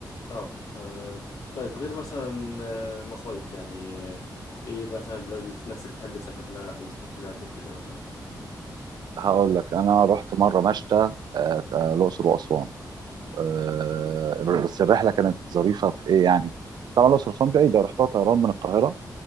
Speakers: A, on the left; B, on the right.
A: اه آه. طيب غير مثلا آه، مصايف يعني آه، ايه مثلا البلاد اللي نفسك تحب تسافر لها او سافرت لها قبل كده مثلا
B: هقول لك انا رحت مره مشتى آه، ك- الاقصر واسوان آه،
A: امم
B: بس الرحله كانت ظريفه في ايه يعني طبعا الاقصر واسوان بعيده رحتها طيران من القاهره